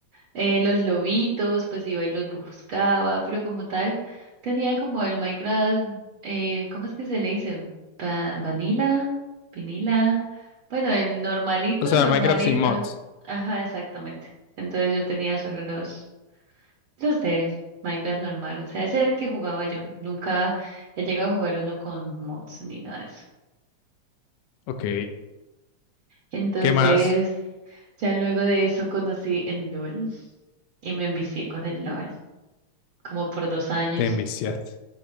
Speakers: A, on the right (about 65°); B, on the left (about 80°).
A: Eh, los lobitos, pues iba y los buscaba, pero como tal, tenía como el Minecraft, eh, ¿cómo es que se le dice? Pa- vanilla, vinila, bueno, el normalito,
B: O sea,
A: el normalito.
B: Minecraft sin mods.
A: Ajá, exactamente. Entonces yo tenía solo los... Los del Minecraft normal, o sea, ese era el que jugaba yo. Nunca he llegado a jugar uno con mods ni nada de eso.
B: Ok.
A: Entonces,
B: ¿Qué más?
A: ya luego de eso conocí el LOL y me envicié con el LOL, como por dos años,
B: Te enviciaste.